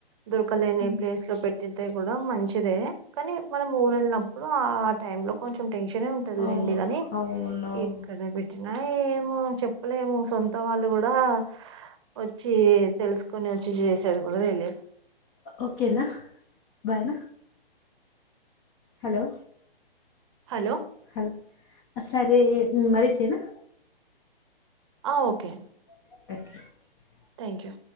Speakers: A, on the right; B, on the left.
A: దొరకలేని
B: ఉమ్.
A: ప్లేస్ లో పెట్టితే కూడా మంచిదే కానీ మనం ఊరు వెళ్ళినప్పుడు ఆ టైమ్ లో కొంచెం టెన్షన్ ఉంటంది
B: అవు
A: లెండి కానీ
B: అవునవును
A: ఎక్కడ పెట్టినా ఏమో చెప్పలేము సొంత వాళ్ళు కూడా వచ్చి తెలుసుకో న్ని వచ్చి చేసేది కూడా తెలిదు
B: ఓకేనా బాయ్నా హలో
A: హలో
B: హల్ సరే మరి చెయనా
A: ఆ ఓకే
B: <unintelligible>
A: థ్యాంక్ యూ